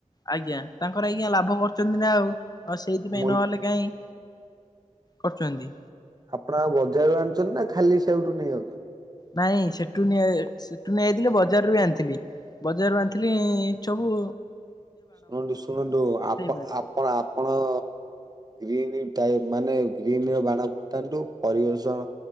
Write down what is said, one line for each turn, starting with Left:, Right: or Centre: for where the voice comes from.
Left: ଆଜ୍ଞା ତାଙ୍କର ଆଜ୍ଞା ଲାଭ କରୁଚନ୍ତି ନା ଆଉ- ଆଉ ସେଇଥିପାଇଁ
Right: ମୂଲ୍ୟ
Left: ନହେଲେ କାଇଁ କରୁଚନ୍ତି।
Right: ଆପଣ ଆଉ ବଜାରରୁ ଆଣୁଚନ୍ତି ନା ଖାଲି ସେଉଠୁ ନେଇଯାଉଚନ୍ତି?
Left: ନାଇଁ ସେଠୁ ନେ- ସେଠୁ ନେଇଯାଇଥିଲି ବଜାରରୁ ବି ଆଣିଥିଲି। ବଜାରରୁ ଆଣିଥିଲି ଚବୁ
Right: ଶୁଣନ୍ତୁ -ଶୁଣନ୍ତୁ ଆପ-
Left: ପାରେନି।
Right: ଆପଣ- ଆପଣ ଗ୍ରୀନି ଟାଇ- ମାନେ ଗ୍ରୀନି ର ବାଣ ଫୁଟାନ୍ତୁ ପରିବେଶଣ